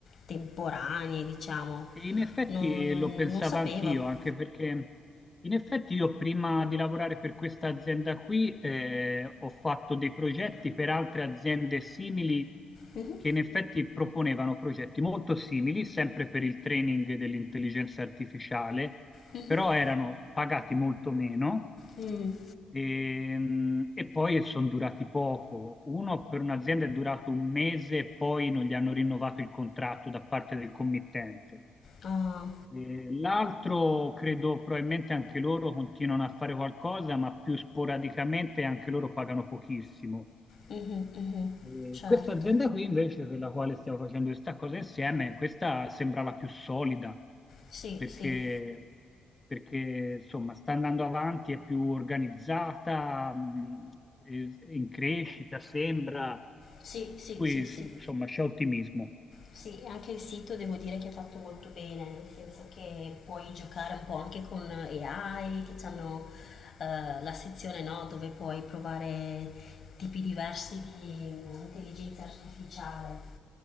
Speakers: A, on the left; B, on the left.
A: temporanee, diciamo.
B: E in effetti
A: Non, non-
B: lo pensavo
A: non sapevo.
B: anch'io, anche perché in effetti io prima di lavorare per questa azienda qui eh, ho fatto dei progetti per altre aziende simili
A: Mhm,
B: che in effetti proponevano progetti molto simili, sempre per il training dell'intelligenza artificiale,
A: mhm.
B: però erano pagati molto meno
A: Mm,
B: ehm, e, poi sono durati poco. Uno per un'azienda è durato un mese e poi non gli hanno rinnovato il contratto da parte del committente.
A: ah,
B: Eh, L'altro credo probabilmente anche loro continuano a fare qualcosa, ma più sporadicamente e anche loro pagano pochissimo.
A: mhm, mhm.
B: Eh,
A: Certo.
B: questa azienda qui invece, per la quale stiamo facendo questa cosa insieme, questa sembra la più solida
A: Sì,
B: perché,
A: sì,
B: perché, insomma sta andando avanti, è più organizzata, mh, è- è in crescita sembra,
A: sì, sì,
B: qui
A: sì, sì.
B: s- insomma c'è ottimismo.
A: Sì, anche il sito devo dire che è fatto molto bene, nel senso che puoi giocare un po' anche con AI, che hanno eh, la sezione no, dove puoi provare tipi diversi di mm, intelligenza artificiale